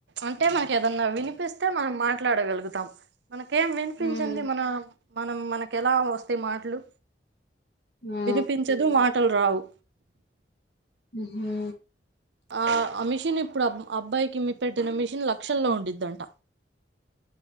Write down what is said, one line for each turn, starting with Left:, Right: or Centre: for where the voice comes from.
Right: అంటే మనకి ఏదన్నా వినిపిస్తే మనం మాట్లాడగలుగుతాం మనకేం వినిపించిన్ది
Left: హ్మ్
Right: మన మనం మనకి ఎలా వస్తాయి మాటలు
Left: ఆ
Right: వినిపించదు మాటలు రావు
Left: ఉహు
Right: ఆ ఆ మిషన్ ఇప్పుడు అబ్ అబ్బాయికి మీ పెట్టిన మిషన్ లక్షల్లో ఉండిద్దంట